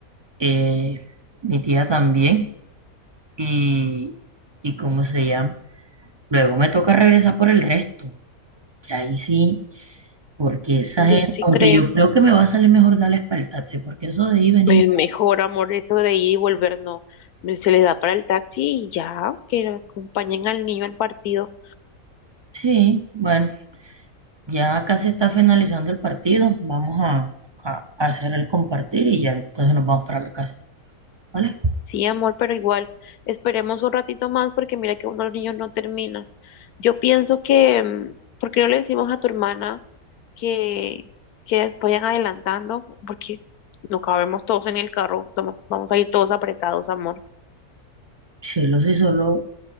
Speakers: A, on the right; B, on the left.
A: eh, mi tía también. Y, y cómo se llama. Luego me toca regresar por el resto. Y ahí sí, porque esa
B: Yo
A: gente,
B: sí
A: aunque
B: creo.
A: yo creo que me va a salir mejor darle espalda al taxi, porque eso de ahí venir.
B: Me- Mejor, amor, eso de ir y volver, no. Me- Se les da para el taxi y ya, que acompañen al niño al partido.
A: Sí, bueno, ya casi está finalizando el partido. Vamos a, a a hacer el compartir y ya entonces nos vamos para la casa. ¿vale?
B: Sí, amor, pero igual, esperemos un ratito más porque mira que uno de los niños no termina. Yo pienso que, mm, ¿por qué no le decimos a tu hermana que, que vayan adelantando? Porque no cabemos todos en el carro, estamos- vamos a ir todos apretados, amor.
A: Cielo, Si él hace solo,